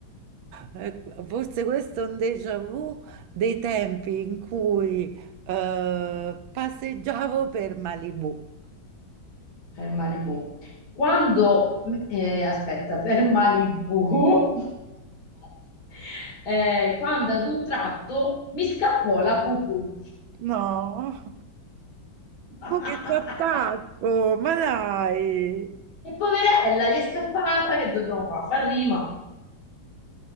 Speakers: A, on the right; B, on the left.
A: ecco, forse questo è un déjà vu dei tempi in cui eh, passeggiavo per Malibu.
B: per Malibu. Quando, eh, aspetta, per Malibu, <laughs> eh, quando ad un tratto mi scappò la pupù.
A: No,
B: <laughs>
A: ma che ti attacco, ma dai.
B: E poverella, gli è scappata, che dobbiamo fare? Fa rima.